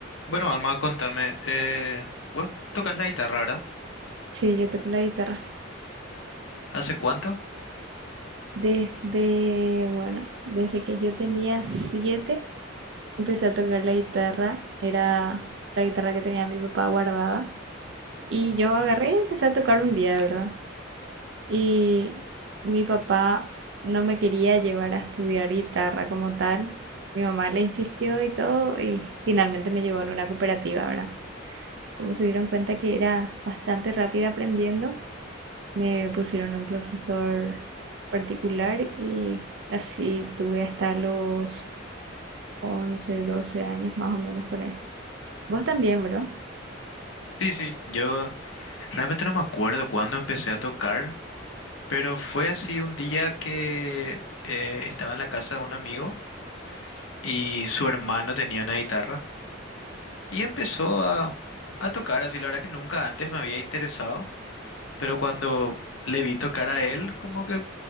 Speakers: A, on the left (about 85°); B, on the right (about 65°).
A: Bueno, Alma, contame, eh, vos tocas la guitarra, ¿verdad?
B: Sí, yo toco la guitarra.
A: ¿Hace cuánto?
B: Desde, bueno, desde que yo tenía siete, empecé a tocar la guitarra. Era la guitarra que tenía mi papá guardada. Y yo agarré y empecé a tocar un día, ¿verdad? Y mi papá no me quería llevar a estudiar guitarra como tal. Mi mamá le insistió y todo, y finalmente me llevó en una cooperativa, ¿verdad? Como se dieron cuenta que era bastante rápida aprendiendo, Me pusieron un profesor particular y así tuve hasta los 11 12 años más o menos con él. Vos también, ¿verdad?
A: Sí, sí, yo realmente no me acuerdo cuándo empecé a tocar, pero fue así un día que eh, estaba en la casa de un amigo y su hermano tenía una guitarra y empezó a, a tocar, así la verdad que nunca antes me había interesado, pero cuando le vi tocar a él, como que